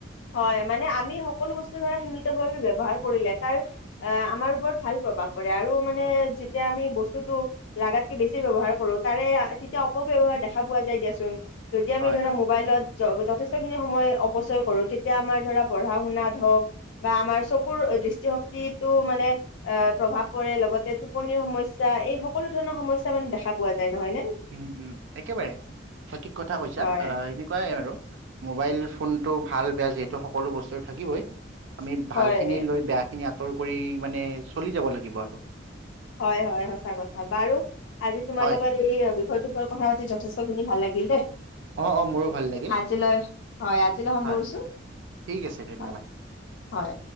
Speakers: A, on the left; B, on the right.
A: হয় মানে আমি সকলো বস্তু ধৰা সীমিতভাৱে ব্যৱহাৰ কৰিলে তাৰ। আহ আমাৰ ওপৰত ভাল প্ৰভাৱ পৰে আৰু মানে যেতিয়া আমি বস্তুতটো? লাগাতকে বেছি ব্যৱহাৰ কৰোঁ তাৰে তেতিয়া অপ ব্যয়ৱহাৰ দেখা পোৱা যায় দিয়াচোন। যদি আমি
B: হয়
A: ধৰা
B: হয়
A: মোবাইলত য, যথেষ্টখিনি সময় অপচয় কৰোঁ তে- তিয়া আমাৰ ধৰা পঢ়া শুনাত হওঁক বা আমাৰ চকুৰ দৃষ্টিশক্তিটো মানে এ প্ৰভাৱ পৰে লগতে টোপনিৰ সমস্যা এই সকলো ধৰণৰ সমস্যা মানে দেখা পোৱা যায় নহয় নে?
B: উম উম একেবাৰে সঠিক কথা কৈছা।
A: হয়
B: অ এনে তেনেকুৱাই আৰু মোবাইল ফোন টো ভাল বেয়া যিহেতু সকলো বস্তুৰ থাকিবই। আমি
A: হয়
B: ভাল খিনি লৈ বেয়া খিনি আঁতৰ কৰি মানে চলি যাব লাগিব আৰু।
A: হয় হয় সঁচা কথা। বাৰু আজি তোমাৰ
B: হয়
A: লগত এই বিষয়টোৰ ওপৰত কথা পাতি যথেষ্ট খিনি ভাল লাগিল দেই।
B: অ অ মোৰো ভাল লাগিল
A: আজিলৈ হয় আজিলৈ সামৰিছো।
B: হয় ঠিক আছে ধন্যবাদ
A: হয়। হয়।